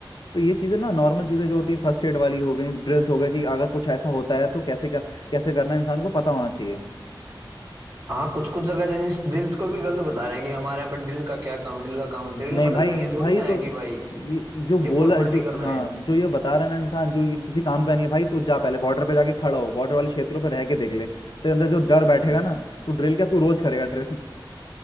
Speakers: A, on the left; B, on the right.
A: तो ये चीजें ना नॉर्मल चीजें जो होती हैं फर्स्ट एड वाली हो गई ड्रिल्स हो गए कि अगर कुछ ऐसा होता है तो कैसे क्या कैसे करना है, इंसान को पता होना चाहिए
B: हाँ कुछ कुछ जगह जैसे ड्रिल्स को भी गलत बता रहे हैं कि हमारे यहाँ पर ड्रिल का क्या काम ड्रिल का काम ड्रिल
A: नहीं
B: मतलब
A: भाई
B: ये थोड़ी
A: भाई
B: ना है
A: तो
B: कि भाई
A: ये जो
B: ये
A: बोला
B: फॉर्मेलिटी
A: जो
B: कर रहे
A: हाँ
B: हैं
A: जो ये बता रहा है ना इंसान जो ये किसी काम का नहीं है भाई तू जा पहले बॉर्डर पे जाके खड़ा हो बॉर्डर वाले क्षेत्रों पे रह के देख ले तेरे अंदर जो डर बैठेगा
B: हम्म।
A: ना तू ड्रिल क्या तू रोज करेगा ड्रिल